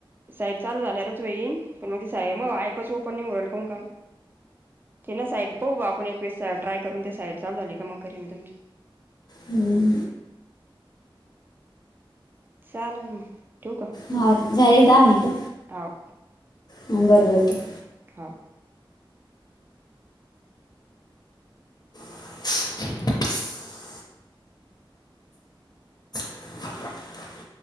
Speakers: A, on the right (about 25°); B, on the left (about 50°).
A: साईड चालू झाल्याच होईन पण मग ती साईड मग आयपच ओपन नाही उरल का मग काम ते ना साईड पाहू आपण एक वेस ट्रय करून ते साईड चालव झाली का मग कररी मी तुमची
B: हम्म
A: चालेल मग ठूक
B: हा झाले दहा मिनटं
A: हो
B: बरं बरतेे
A: हा
B: <unintelligible> <unintelligible>